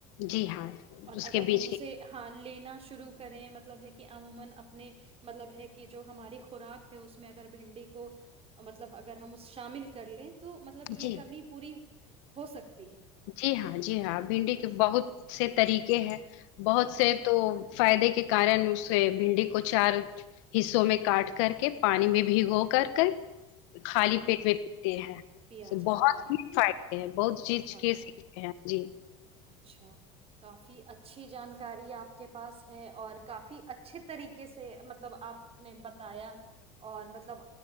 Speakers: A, on the left (about 70°); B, on the right (about 40°).
A: جی ہاں
B: اور
A: اس
B: اگر
A: کے بیچ
B: ہم اسے
A: کے
B: ہاں لینا شروع کریں مطلب دیکھیں یہ جو ہماری خوراک ہے اس میں اگر بھنڈی کو مطلب اگر ہم اس شامل کر لیں تو مطلب یہ
A: جی
B: کمی پوری ہو سکتا
A: جی ہاں جی ہاں بھنڈی کے بہت سے طریقے ہیں بہت
B: ہاں
A: سے تو فائدے کے کن اسے بھڈی کو چار حصوں میں کاٹ کر کے پانی میں بھگو کر کر
B: اچھا
A: خالی پیٹ میں پیتے ہیں
B: پیا جاتا
A: بہت
B: ہے
A: ہیی فائدے ہیں بہت چیز
B: بہت
A: سے <unintelligible> جی
B: اچھا کافی اچھی جانکاری آپ کے پاس ہے اور کافی اچھے طریقے سے مطلب آپ نے بتایا اور مطلب